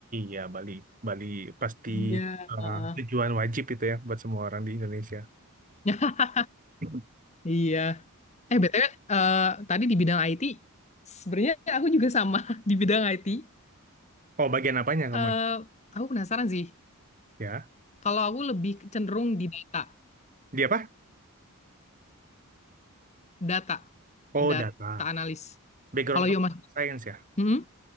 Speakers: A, on the right; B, on the left.
A: ya Bali, Bali pasti
B: Iya,
A: eh,
B: heeh.
A: tujuan wajib itu ya buat semua orang di Indonesia.
B: <laughs>
A: <laughs>
B: Iya. Eh, BTW, eh, tadi di bidang IT, sebenarnya aku juga sama <laughs> di bidang IT.
A: Oh bagian apanya kamu?
B: Eh, aku penasaran sih.
A: Ya,
B: Kalau aku lebih cenderung di data.
A: dia apa?
B: data,
A: Oh
B: data
A: data.
B: analis.
A: Background
B: Kalau
A: kamu
B: yo mas,
A: data science ya?
B: hmm?